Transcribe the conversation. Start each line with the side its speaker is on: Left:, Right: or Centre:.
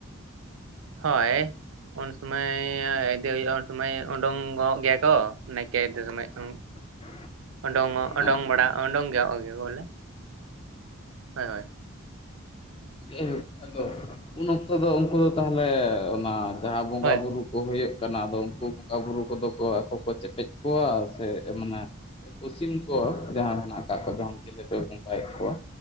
Right: ᱦᱳᱭ ᱾ ᱩᱱᱥᱩᱢᱟᱹᱭ ᱤᱫᱮ ᱦᱩᱭᱩᱜᱼᱟ ᱩᱱᱥᱩᱢᱟᱹᱭ ᱩᱰᱩᱝ ᱜᱚᱜ ᱜᱮᱭᱟ ᱠᱚ ᱱᱟᱭᱠᱮ ᱤᱫᱮ ᱥᱚᱢᱚᱭ ᱾
Left: <inaudible>
Right: ᱳᱰᱳᱝᱚᱜ
Left: ᱟᱪᱪᱷᱟ
Right: ᱳᱰᱳᱝ ᱵᱟᱲᱟ ᱳᱰᱚᱝ ᱜᱚᱜ ᱜᱮᱭᱟ ᱠᱚ ᱵᱚᱞᱮ ᱦᱳᱭ ᱾
Left: ᱡᱟᱭ ᱦᱳᱠ ᱟᱫᱚ ᱩᱱ ᱚᱠᱛᱚ ᱫᱚ ᱩᱝᱠᱩ ᱫᱚ ᱛᱟᱦᱚᱞᱮ ᱚᱱᱟ ᱡᱟᱦᱟᱸ ᱵᱚᱸᱜᱟ
Right: ᱦᱳᱭ
Left: ᱵᱩᱨᱩ ᱠᱚ ᱦᱩᱭᱩᱜ ᱠᱟᱱᱟ ᱟᱫᱚ ᱩᱱᱠᱩ ᱵᱚᱸᱜᱟ ᱵᱩᱨᱩ ᱠᱚᱫᱚ ᱠᱚ ᱟᱠᱚ ᱠᱚ ᱪᱮᱯᱮᱪ ᱠᱚᱣᱟ ᱥᱮ ᱢᱟᱱᱮ ᱮᱠᱳ ᱥᱤᱢ ᱠᱚ ᱡᱟᱦᱟᱸ ᱢᱮᱱᱟᱜ ᱟᱠᱟᱫ ᱠᱚᱫᱚ ᱦᱟᱝ ᱪᱮᱞᱮ ᱯᱮ ᱵᱚᱸᱜᱟᱭᱮᱫ ᱠᱚᱣᱟ?